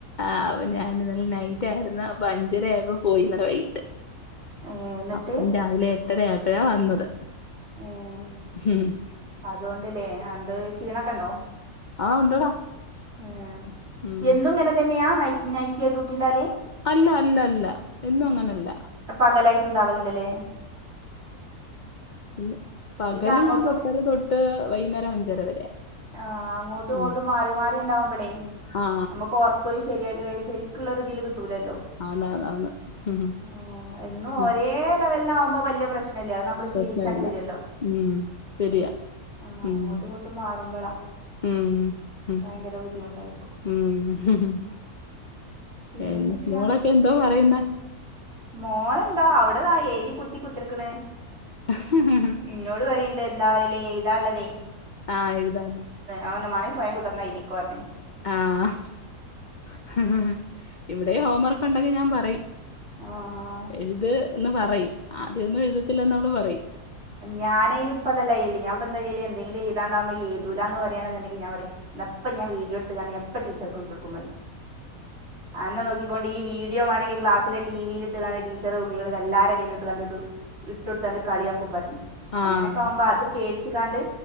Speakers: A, on the left (about 55°); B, on the right (about 45°).
A: ആഹ് അപ്പൊ ഞാനിന്നലെ നൈറ്റായിരുന്നു അപ്പൊ അഞ്ചര ആയപ്പോ പോയിന്നലെ വൈകിട്ട്
B: ഏഹ് ഇന്നിട്ട്
A: അഹ് രാവിലെ എട്ടര ആയപ്പഴാ വന്നത്
B: ഉം
A: ഹും
B: അതോണ്ട് ല്ലേ എന്ത് ക്ഷീണൊക്കെ ഉണ്ടോ
A: ആ ഉണ്ടടാ
B: അഹ്
A: ഉം.
B: എന്നും ഇങ്ങനെ തന്നെയാ നൈറ്റ് നൈറ്റ് ഡ്യൂട്ടി ഇണ്ടാല്
A: അല്ല അല്ല അല്ല എന്നും അങ്ങനല്ല
B: പകലായിട്ടുണ്ടാവലുണ്ടല്ലേ
A: പി പകല്
B: ഇത് അങ്ങോട്ടും
A: ഞാൻ എട്ടര തൊട്ട് വൈകുന്നേരം അഞ്ചര വരെ
B: ആഹ് അങ്ങോട്ടും ഇങ്ങോട്ടും
A: ഉം.
B: മാറി മാറി ഉണ്ടാവുമ്പളേ
A: ആ
B: നമ്മക്കൊ റപ്പ ഒരു ശരി ശരിക്കുള്ള ഒരു തിൽ കിട്ടൂലല്ലോ
A: ആന്ന് ആന്ന് ഉം
B: ഉം എന്നും
A: ഉം.
B: ഒരേ ലെവലിന ആകുമ്പോ വലിയ പ്രശ്നല്ല നമ്മള്
A: പ്രശ്നമില്ല
B: ശീലിച്ച വരുല്ലോ.
A: ഉം. ശരിയാ
B: അങ്ങോട്ടും
A: ഉം.
B: ഇങ്ങോട്ടും മാ ളാ
A: ഉം. ഉം.
B: ഭയങ്കര ബുദ്ധിമുട്ടായിരിക്കും.
A: ഉം
B: പിന്നെന്തൊക്കെയാ
A: പി മോളൊക്കെ എന്തോ പറയുന്ന
B: മോളെന്താ അവിടെതാ ഏതി കുത്തി കുത്തിർക്കണ്
A: ഉ <inaudible>
B: ഇന്നോട് പറയണ്ട് എന്താ പറല്ലേ ഇ എഴുതാൻ ള്ളതേ
A: ആഹ് എഴുതാ
B: അവന മാണി സ്വയം കുതിർന്ന എഴുതിക്കോ പറഞ്ഞു.
A: ആഹ് ഇവിടെ ഹോം വർക്ക് ഉണ്ടെങ്കി ഞാൻ പറയും
B: ആഹ്
A: എഴുത് എന്ന് പറയും ആദ്യമൊന്നും എഴുതത്തില്ലന്ന് അവൾ പറയും
B: ഞാനനിപ്പതല്ലാ യല് ഞൻപ്പ ന്ത ചെയ്യല് എന്തെലും എഴുതാൻ ടാകുമ്പം എഴുതൂല പറയാണങ്കിൽ ഞാ പറയും എന്നപ്പ ഞാൻ വീഡിയോ എടുത്താണ്ട് പ്പ ടീച്ചർക്ക് ഇട്ടൊടുക്കും അന്ന നോക്കി ക്കൊണ്ടി ഈ വീഡിയോ വേണെങ്ക ക്ലാസില ടിവിയി ഇട്ട് ടീച്ചർ നോക്കിക്കൊണ്ടി എല്ലാരെ ഇടയിലും ഇട്ട് കാണ്ട് ഇട്ടൊട്ത്ത് കളിയാക്കും. പറയിം
A: ആഹ്.
B: അങ്ങനൊക്കെ ആവുമ്പോ അത് പേടിച്ചിക്കാണ്ട്